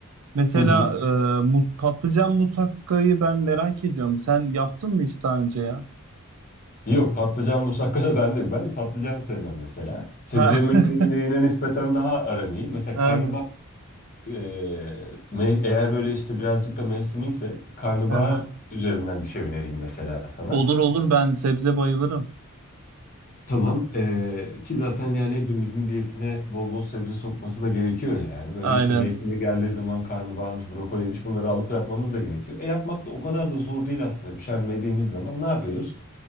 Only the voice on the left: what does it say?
Hı hı.
Yok patlıcan musakka da <laughs> bende yok. Ben de patlıcan sevmem mesela. Sebze
yemekleriyle
yine nispeten daha aram iyi. Mesela
karnabahar Ee, me- eğer böyle işte birazcık da mevsimi ise karnabahar
üzerinden bir şey önereyim mesela sana.
Tamam. eee, ki zaten yani hepimizin diyetine bol bol sebze sokması da gerekiyor yani. Böyle
işte mevsimde geldiği zaman karnabaharmış, brokoliymiş bunları alıp yapmamız da gerekiyor. E yapmak da o kadar da zor değil aslında. Üşenmediğimiz zaman ne yapıyoruz?